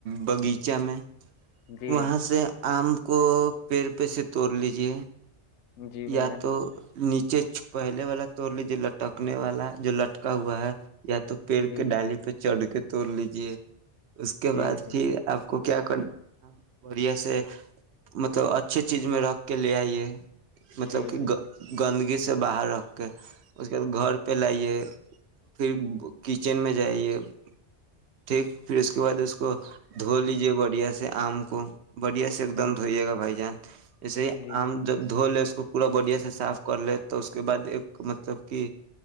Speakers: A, on the right; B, on the left.
A: بغیچہ میں
B: ہیں
A: وہاں سے آم کو پیر پہ سے توڑ لیجیے
B: جی بھائی
A: یا
B: جان جی بھائی جان
A: تو نیچ چچ پہلے والا توڑ لی جو لٹکنے والا جو لٹکا ہوا ہے یا تو پیڑ
B: جی
A: کے ڈالی پہ چڑھ کے توڑ لیجیے اس کے بعد
B: جی بھائی
A: پھر آپ کو کیا کرنا ہے بڑھیا سے مطلب اچھے چیز میں رکھ کے لے آئیے مطلب
B: جی
A: کہ
B: بھائی
A: گ
B: جان
A: گندگی سے باہر رکھ اس کے بعد گھر پہ لائیے پھر کچن میں جائیے ٹھیک پھر اس کے بعد اس کو دھو لیجے بڑھیا سے آم کو <unintelligible> بڑھیا سے ایک دم
B: جی
A: دھوئیے گا بھائی جان جیسے ہی
B: جی بھائی
A: آم جب دو لے اس کو پورا بڑھیا سے صاف کر لے تو اس کے بعد ایک مطلب کہ